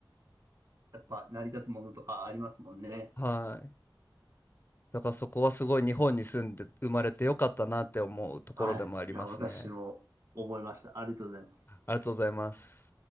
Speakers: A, on the right; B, on the left.
A: やっぱ成り立つものとかありますもんね。
B: い。はい。だからそこはすごい日本に住んで生まれてよかったなって思うところでもありますね。
A: はい。いや、私も思いました。ありがとうございます。
B: ありがとうございます。